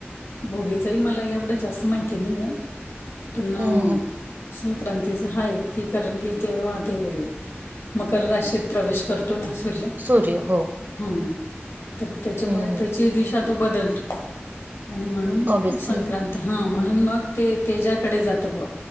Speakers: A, on the left; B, on the right.
A: भोगीच ही मला एवढं जास्त माहिती नाही आहे. पण
B: हं, हं, हं.
A: संक्रांतीच हाय की कारण कि तेव्हा ते मकर राशीत प्रवेश करतो ना सूर्य
B: सूर्य हो.
A: हम्म, तर त्याच्यामुळे
B: हं, हं.
A: त्याची दिशा तो बदलतो. आणि म्हणून
B: ऑब्वियसली.
A: संक्रांत हा म्हणून मग ते तेजाकडे जातं बघ